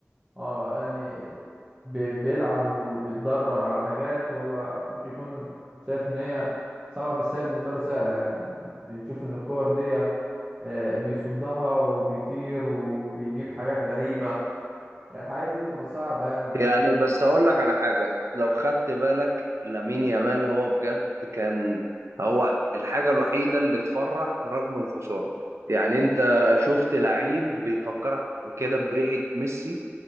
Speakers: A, on the right; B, on the right.
A: اه يعني بي- بيلعب وبيتدرب على حاجات هو ممكن يكون شايف ان هي صعبة بس هي بالنسبة له سهلة يعني بنشوف ان الكور دي آه، بيصدها وبيطير وبيجيب حاجات غريبة يعني الحاجة دي بتبقى صعبة يعني بس
B: يعني بس اقول لك على حاجه لو خدت بالك لامين يامال هو بجد كان هو الحاجه الوحيده اللي تفرح رغم الخساره يعني انت شفت لعيب بيفكرك كده بريحه ميسي